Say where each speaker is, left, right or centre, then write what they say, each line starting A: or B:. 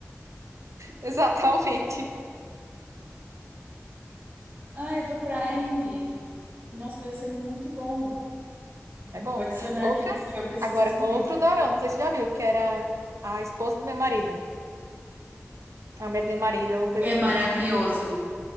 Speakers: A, on the right (about 75°); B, on the right (about 40°).
A: exatamente.
B: Ah, é do Prime. Nossa, deve ser muito bom.
A: É bom.
B: Vou adicionar
A: Outras.
B: aqui porque eu preciso
A: Agora, outro
B: muito.
A: dorama, não sei se você já viu, que era a esposa do meu marido, a mulher do meu marido, alguma coisa
B: É
A: assim.
B: maravilhoso.